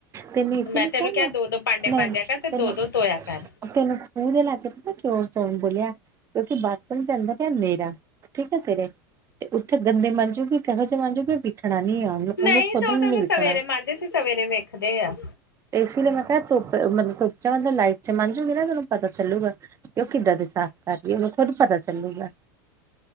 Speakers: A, on the right (about 25°); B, on the left (about 80°).
A: ਤੈਨੂੰ ਇਸੇ
B: ਮੈਂ
A: ਲਈ
B: ਤੈਨੂੰ
A: ਕਿਹਾ ਨਾ
B: ਕਿਆ ਦੋ-ਦੋ ਪਾਂਡੇ
A: ਨਹੀਂ
B: ਮਾਂਜੇਆ ਕਰ ਤੇ
A: ਤੈਨੂੰ
B: ਦੋ-ਦੋ ਧੋਏਆ ਕਰ।
A: ਤੈਨੂੰ ਖੂਹ ਦੇ ਲਾ ਕੇ ਪਤਾ ਚੋਣ ਚੋਣ ਬੋਲਿਆ ਕਿਉਂਕਿ ਬੱਸ ਨੂੰ ਜਾਂਦਾ ਪਿਆ ਨੇਰਾ। ਠੀਕ ਆ ਤੇਰੇ ਤੇ ਓਥੇ ਗੰਦੇ ਮਾਂਜੂਗੀ ਕਿਹੋ ਜਿਹੇ ਮਾਂਜੂਗੀ ਵਿਖਣਾ ਨਹੀਂ ਆ
B: ਨਹੀਂ
A: ਉਹਨੂੰ ਖੁਦ
B: ਓ
A: ਨੂੰ
B: ਤੇ ਓਨੇ
A: ਨੀ ਵਿਖਣਾ
B: ਸਵੇਰੇ ਮਾਂਜੇ ਸੀ ਸਵੇਰੇ ਵੇਖਦੇ ਆ।
A: ਤੇ ਇਸੇ ਲਈ ਮੈਂ ਕਿਹਾ ਧੁੱਪ ਚ ਮਤਲਬ ਲਾਈਟ ਚ ਮਾਂਜੂ ਵੀ ਨਾ ਤੈਨੂੰ ਪਤਾ ਚੱਲੂਗਾ। ਤੇ ਓ ਕਿੱਦਾਂ ਦੇ ਸਾਫ਼ ਕਰ ਰਈ ਐ ਓਨੂੰ ਖੁਦ ਪਤਾ ਚੱਲੂਗਾ।